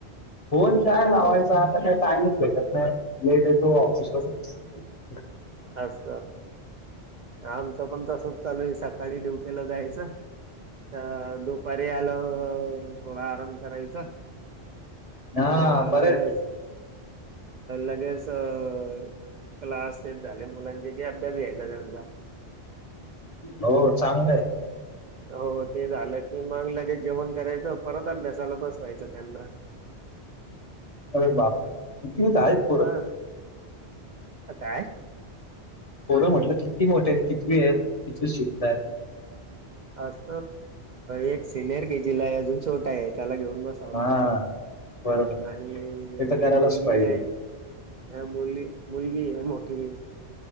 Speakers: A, on the left; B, on the right.
A: फोन काय लावायचा
B: हो
A: आता काय टाइमच भेटत नाही लेट येतो ऑफिसवरून
B: अस आमचं पण तस चालू सकाळी ड्युटीला जायचं दो पररी आलो थोडा आराम करायचा <unintelligible>
A: हा
B: म
A: बरं
B: लगेच
A: आहे ते
B: लगेज क्लास तेच मुलांचे अभ्यास घ्यायचा त्यांचा <unintelligible>
A: हो चांगलं आहे
B: हो ते झालंी मग. लगेच जेवण करायचं परत. अभ्यासाला बसवायचं त्यांना
A: अगर बाप कर कती होता आहे <unintelligible>
B: हा काय <unintelligible>
A: पोरम्हटलं किती मोठे आहेत कितवी आहेत कितवी शिकत आहेत
B: अस एक सिनियर के जी ला अजून छोटा आहे त्याला घेऊन बसत <unintelligible>
A: हा
B: लात
A: बरोबर ते
B: आणि
A: तर करायलाच
B: मुलगी
A: पाहिजे
B: आहे हा मुलग मुलगी आहे मोठी